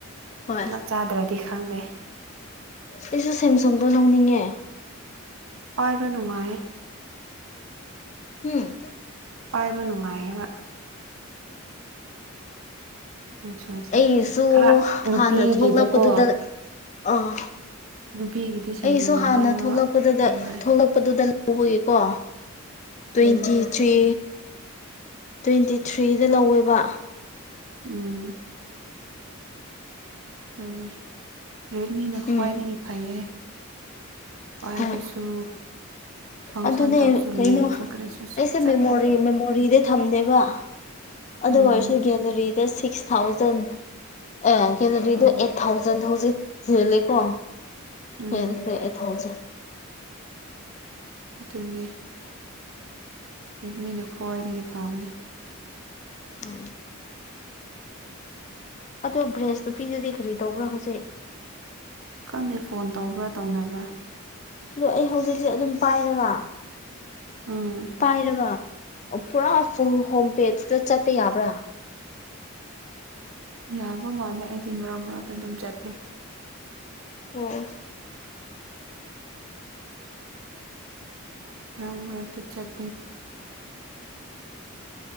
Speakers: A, on the left (about 35°); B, on the right (about 70°).
A: ꯍꯣꯏ
B: ꯄꯨꯂꯞ ꯆꯥꯗ꯭ꯔꯗꯤ ꯈꯪꯗꯦ
A: ꯑꯩꯁꯦ ꯁꯦꯝꯁꯪꯗꯣ ꯅ ꯂꯧꯅꯤꯡꯉꯦ
B: ꯄꯥꯏꯕ ꯅꯨꯡꯉꯥꯏ
A: ꯎꯝ
B: ꯕ ꯅꯨꯡꯉꯥꯏꯕ ꯁꯦꯝꯁꯨꯡꯁꯦ
A: ꯑꯩꯁꯨ
B: ꯈꯔ ꯅꯨꯄꯤꯒꯤꯗꯀꯣ
A: ꯍꯥꯟꯅ ꯊꯣꯛꯂꯛꯄꯗꯨꯗ ꯑꯥ
B: ꯅꯨꯄꯤꯒꯤꯗꯤ ꯁꯦꯝꯁꯨꯡꯒ
A: ꯑꯩꯁꯨ ꯍꯥꯟꯅ
B: ꯄꯥꯏꯕ
A: ꯊꯣꯛꯂꯛꯄꯗꯨꯗ
B: ꯅꯨꯡꯉꯥꯏ
A: ꯊꯣꯛꯂꯛꯄꯗꯨꯗ ꯇꯧꯕꯒꯤꯀꯣ ꯇ꯭ꯋꯦꯟꯇꯤ
B: ꯎꯝ
A: ꯊ꯭ꯔꯤ ꯇ꯭ꯋꯦꯟꯇꯤ ꯊ꯭ꯔꯤꯗ ꯂꯧꯋꯦꯕ
B: ꯎꯝ ꯑꯗꯨꯅꯤ ꯔꯦꯗꯃꯤꯅ ꯈ꯭ꯋꯥꯏꯗꯒꯤ
A: ꯎꯝ
B: ꯐꯩꯌꯦ ꯄꯥꯏꯕꯁꯨ
A: ꯍꯣꯏ
B: ꯐꯪꯁꯟ
A: ꯑꯗꯨꯅꯦ
B: ꯇꯧꯕꯁꯨ
A: ꯀꯩꯅꯣ
B: ꯂꯦꯛꯁꯨ
A: ꯑꯩꯁꯦ
B: ꯀꯔꯤꯁꯨ ꯁꯨꯡꯆꯠ
A: ꯃꯦꯃꯣꯔꯤ
B: ꯆꯠꯇꯦ
A: ꯃꯦꯃꯣꯔꯤꯗ ꯊꯝꯗꯦꯕ ꯑꯗꯨ
B: ꯎꯝ
A: ꯑꯣꯏꯔꯁꯨ ꯒꯦꯂꯔꯤꯗ ꯁꯤꯛꯁ ꯊꯥꯎꯖꯟ ꯑꯦ ꯀꯦꯂꯣꯔꯤꯗꯣ
B: ꯑꯥ
A: ꯑꯩꯠ ꯊꯥꯎꯖꯟ ꯍꯧꯖꯤꯛ ꯍꯦꯜꯂꯦꯀꯣ
B: ꯎꯝ
A: ꯍ ꯐ ꯊꯥꯎꯖꯟ
B: ꯑꯗꯨꯅꯦ ꯔꯦꯗꯃꯤꯅ ꯈ꯭ꯋꯥꯏꯗꯒꯤ ꯐꯥꯕꯅꯤ
A: ꯎꯝ ꯑꯣ ꯕ꯭ꯔꯦꯁ ꯅꯨꯄꯤꯗꯨꯗꯤ ꯀꯔꯤ ꯇꯧꯕ꯭ꯔꯥ ꯍꯧꯖꯤꯛ
B: ꯈꯪꯗꯦ ꯐꯣꯟ ꯇꯧꯕ꯭ꯔꯥ ꯇꯧꯅꯕ꯭ꯔꯥ
A: ꯑꯗꯣ ꯑꯩ ꯍꯧꯖꯤꯛꯁꯦ ꯑꯗꯨꯝ ꯄꯥꯏꯔꯒ
B: ꯎꯝ
A: ꯄꯥꯏꯔꯒ ꯑꯣ ꯄꯨꯔꯥ ꯐꯨꯡ ꯍꯣꯝꯄꯦꯁꯤꯗ ꯆꯠꯄ ꯌꯥꯕ꯭ꯔꯥ
B: ꯌꯥꯕ ꯃꯥꯜꯂꯦ ꯑꯩꯗꯤ ꯃꯔꯛ ꯃꯔꯛꯇ ꯑꯗꯨꯝ ꯆꯠꯂꯦ
A: ꯑꯣ
B: ꯔꯝ ꯔꯊ ꯆꯠ